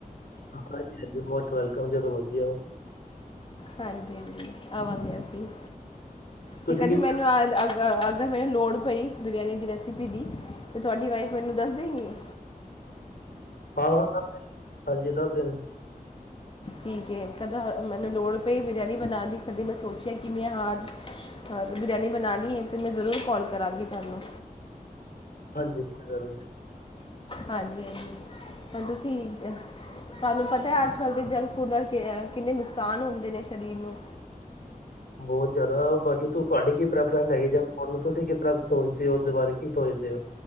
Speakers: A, on the left (about 90°); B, on the left (about 35°).
A: <unintelligible> ਮੋਸਟ ਵੈਲਕਮ ਜਦੋਂ ਮਰਜ਼ੀ ਆਓ
B: ਹਾਂਜੀ, ਹਾਂਜੀ ਆਵਾਂਗੇ ਅਸੀਂ।
A: ਤੁਸੀਂ
B: ਤੇ ਕਦੀ
A: ਕੀ
B: ਮੈਨੂੰ ਅ ਅਗਰ ਮੈਨੂੰ ਲੋੜ ਪਈ ਬਿਰਆਨੀ ਦੀ ਰੈਸਿਪੀ ਦੀ ਤੇ ਤੁਆਡੀ ਵਾਈਫ ਮੈਨੂੰ ਦੱਸ ਦੇਗੀ?
A: ਹਾਂ, ਹਾਂ ਦੱਸ ਦੇਗੀ ਹਾਂਜੀ ਦੱਸ ਦੇਣਗੇ।
B: ਠੀਕ ਏ ਕਦਾ ਮੈਨੂੰ ਲੋੜ ਪਈ ਬਿਰਆਨੀ ਬਨਾਣ ਦੀ ਕਦੀ ਮੈਂ ਸੋਚਿਆ ਕਿ ਮੈਂ ਹਾਂ ਅੱਜ ਬਰਿਆਨੀ ਬਣਾਉਣੀ ਐ ਤੇ ਮੈਂ ਜ਼ਰੂਰ ਕਾੱਲ ਕਰਾਂਗੀ ਤੁਆਨੂੰ।
A: ਹਾਂਜੀ, ਕੋਈ ਗੱਲ ਨੀ।
B: ਹਾਂਜੀ, ਹਾਂਜੀ ਹੁਣ ਤੁਸੀ ਤਾਨੂੰ ਪਤਾ ਏ ਅੱਜ ਕੱਲ੍ਹ ਦੇ ਜੰਕ ਫੂਡ ਨਾਲ ਕਿੰਨੇ ਨੁਕਸਾਨ ਹੁੰਦੇ ਨੇ ਸਰੀਰ ਨੂੰ।
A: ਬਓਤ ਜ਼ਿਆਦਾ ਬਾਕੀ ਤ ਤੁਆਡੀ ਕੀ ਪ੍ਰੈਫਰੈਂਸ ਹੈਗੀ ਜਾਂ ਉਨੂੰ ਤੁਸੀਂ ਕਿਸ ਤਰ੍ਹਾਂ ਸੋਚਦੇ ਓ ਓਦੇ ਬਾਰੇ ਕੀ ਸੋਚਦੇ ਓ।